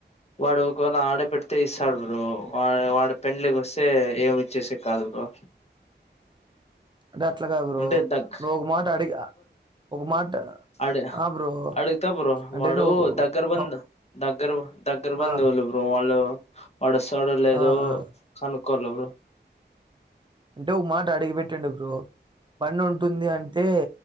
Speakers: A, on the left (about 35°); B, on the right (about 25°).
A: వాడు ఒకవేళ ఆడేపెడ్తే ఇస్తాడు బ్రో వా వాడు పెండ్లి కొస్తే ఏమి ఇచ్చేసెకి కాదు బ్రో
B: అంటే అట్లకాద్ బ్రో
A: అంటే దగ్
B: నువ్ ఒక మాట అడిగా ఒక మాట
A: అడ
B: ఆ బ్రో
A: అడుగ్త
B: అంటే
A: వాడు
B: నువ్వు
A: దగ్గర బంద్
B: ఆ,
A: దగ్గర బ దగ్గర బందువులు
B: ఆ,
A: ఓ వాళ్ళు వాడొస్సాడో లేదో
B: ఆ, ఆ.
A: కనుక్కోల బ్రో
B: అంటే ఒక మాట అడిగి పెట్టిండు బ్రో పనుంటుంది అంటే